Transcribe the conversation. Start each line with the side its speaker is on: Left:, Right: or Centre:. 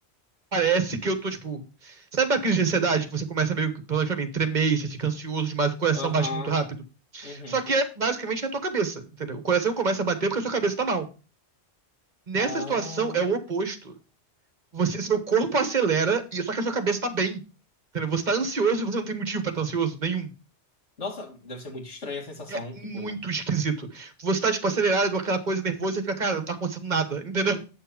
Right: parece que eu tô, tipo. Sabe a crise de ansiedade que você começa meio que, pelo menos pra mim, tremer, e você fica ansioso demais, o coração
Left: aham,
Right: bate muito rápido?
Left: uhum.
Right: Só que é basicamente na tua cabeça, entendeu? O coração começa a bater porque a sua cabeça tá mal. Nessa
Left: Ah.
Right: situação é o oposto. Você, seu corpo acelera, e só que a sua cabeça tá bem. Entendeu? Você tá ansioso e você não tem motivo pra estar ansioso nenhum.
Left: Nossa, deve ser muito estranha a sensação,
Right: É
Left: tipo.
Right: muito esquisito. Você tá, tipo, acelerado, aquela coisa nervosa e fica, cara, não tá acontecendo nada, entendeu?